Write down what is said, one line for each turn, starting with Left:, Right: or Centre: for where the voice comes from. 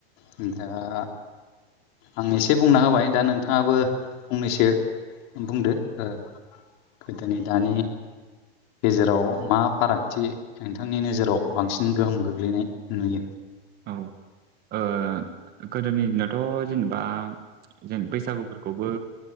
Left: नोंथाङा आं एसे बुंना होबाय दा नोंथाङाबो फंनैसो बुंदो। ओ गोदोनि दानि गेजेराव मा फारागथि नोंथांनि नोजोराव बांसिन गोहोम गोग्लैनाय नुयो?
Right: औ ओ गोदोनि दिनावथ' जेनेबा जों बैसागुफोरखौबो